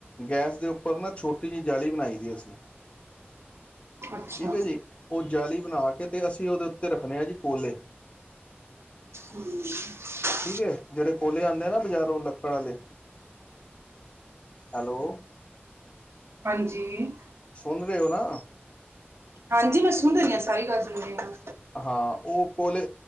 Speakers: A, on the left; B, on the right.
A: ਗੈਸ ਦੇ ਉੱਪਰ ਨਾ ਛੋਟੀ ਜਿਹੀ ਜਾਲੀ ਬਣਾਈ ਦੀ ਆ ਅਸੀ,
B: ਅੱਛਾ
A: ਠੀਕ ਹੈ ਜੀ। ਉਹ ਜਾਲੀ ਬਣਾ ਕੇ ਤੇ ਅਸੀਂ ਉਹਦੇ ਉੱਤੇ ਰੱਖਣੇ ਆ ਜੀ ਕੋਲੇ।
B: ਹਮ।
A: ਠੀਕ ਹੈ, ਜਿਹੜੇ ਕੋਲੇ ਆਉਂਦੇ ਆ ਨਾ ਬਜ਼ਾਰੋਂ ਲੱਕੜ ਵਾਲੇ। ਹੈਲੋ।
B: ਹਾਂਜੀ।
A: ਸੁਣ ਰਹੇ ਹੋ ਨਾ?
B: ਹਾਂਜੀ, ਮੈਂ ਸੁਣ ਰਹੀ ਹਾਂ ਸਾਰੀ ਗੱਲ ਸੁਣ ਰਹੀ ਆ।
A: ਹਾਂ ਉਹ ਕੋਲੇ